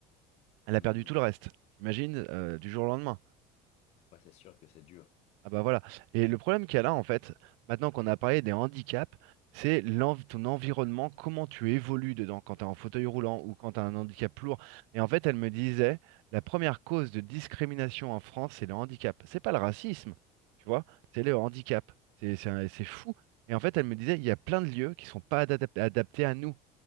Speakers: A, on the right; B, on the left.
A: Elle
B: Mhm.
A: a perdu tout le reste. T'imagines, euh, du jour au lendemain.
B: Ouais, c'est sûr que c'est dur.
A: Ah bah voilà. Et le problème qu'il y a là, en fait, maintenant qu'on a parlé des handicaps, c'est l'env- ton environnement, comment tu évolues dedans quand tu es en fauteuil roulant ou quand tu as un handicap lourd. Et en fait, elle me disait, la première cause de discrimination en France, c'est le handicap. C'est pas le racisme, tu vois, c'est le handicap. C'est c'est un- c'est fou. Et en fait, elle me disait, il y a plein de lieux qui sont pas adap- adaptés à nous,